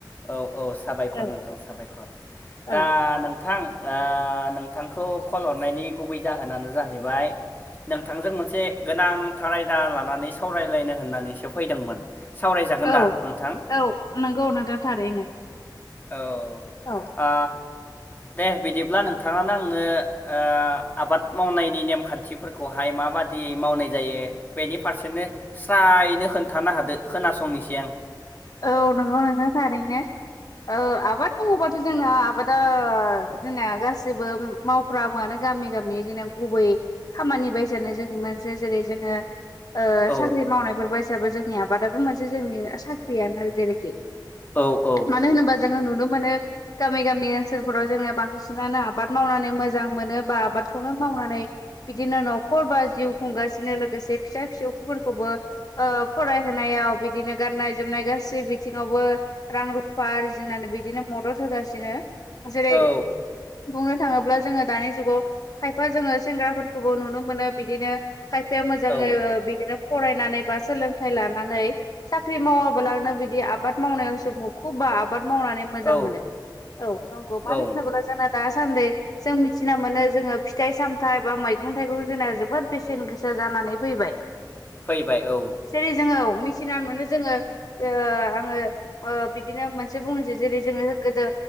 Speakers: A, on the left; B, on the left.
A: औ औ साबायखर
B: औ
A: नोंथां साबायखर।
B: औ
A: दा नोंथ थां दा नोंथांखौ कल हरनायनि गुबै जाहोनानो जाहैबाय नोंथांजों मोनसे गोनांथार आयदा लानानै सावरायलायनो होननानैसो फैदोंमोन। सावरायजागोन
B: औ
A: दा नोंथां
B: औ नंगौ नोंथां थारैनो।
A: औ।
B: औ।
A: आ दे बिदिब्ला नोंथाङानो आंनो ओ आबाद मावनायनि नेमखान्थिफोरखौहाय माबादि खथि मावनाय जायो बेनि फारसेनो स्रायनो खोन्थानो होदो खोनासंनिसै आं।
B: औ नंगौ नोंथां थारैनो औ आबाद बुंयोबाथ' जोंना आबादा जोंना गासैबो मावफ्रायोयानो मगामि गामि जोंना गुबै खामानि बायसानो जोंनि मोनसे जेरै जोङो
A: औ
B: साख्रि मावनायफोरबो हिसाबै जोंनि आबादाबो मोनसे जोंनि साख्रियानो जेरखि
A: औ औ।
B: मानो होनोबा जोङो नुनो मोनो गामि गामि ओनसोलफोराव जोंना बांसिनानो आबाद मावनानै मोजां मोनो बा आबादखौनो मावनानै बिदिनो नखर बा जिउ खुंगासिनो लोगोसे फिसा फिसौफोरखौबो ओ फरायहोनायाव बिदिनो गाननाय जोबनाय गासै बिथिङावबो रां रुफा आरजिनानै बिदिनो मदद होगासिनो। जेरै
A: औ
B: बुंनो थाङोब्ला जोङो दानि जुगाव खायफा जोङो सेंग्राफोरखौबो नुनो मोनो बिदिनो खायफाया मोजाङै
A: औ
B: बिदिनो फरायनानै बा सोलोंथाइ लानानै साख्रि मावाब ब्लानो बिदि आबाद मावनायावसो मखुबबा आबाद मावनानै मोजां
A: औ
B: मोनो। औ नंगौ
A: औ
B: मानो होनोब्ला जोंना दासान्दै जों मिथिना मोनो जोङो फिथाय सामथाय बा मैगं थायगं जोंना जोबोद बेसेन गोसा जानानै फैबाय।
A: फैबाय औ।
B: सेरि जोङो मेसिनार मोनो जोङो आङो बिदिनो मोनसे बुंनोसै जेरै जोङो गोदो